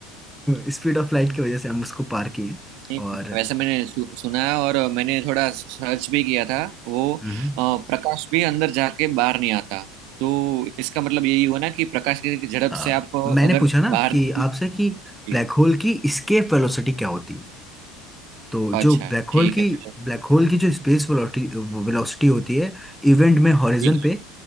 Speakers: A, in the centre; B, on the right.
A: <laughs> स्पीड ऑफ लाइट की वजह से हम उसको पार किए
B: नहीं,
A: और
B: वैसे मैंने सु, सुना है और मैंने थोड़ा सर्च भी किया था वो अ,
A: हम्म
B: प्रकाश भी अंदर जाके बाहर नहीं आता तो इसका मतलब यही हुआ ना कि प्रकाश की झड़प
A: आ,
B: से आप
A: मैंने
B: अगर
A: पूछा ना
B: बाहर
A: कि
B: नहीं
A: आपसे कि
B: जी।
A: ब्लैक होल की एस्केप वेलोसिटी क्या होती है तो
B: अच्छा
A: जो ब्लैक
B: ठीक
A: होल की
B: है चलो,
A: ब्लैक होल की जो स्पेस वेलोसिटी वेलोसिटी होती है इवेंट में हॉरिजन
B: ठीक
A: पे
B: है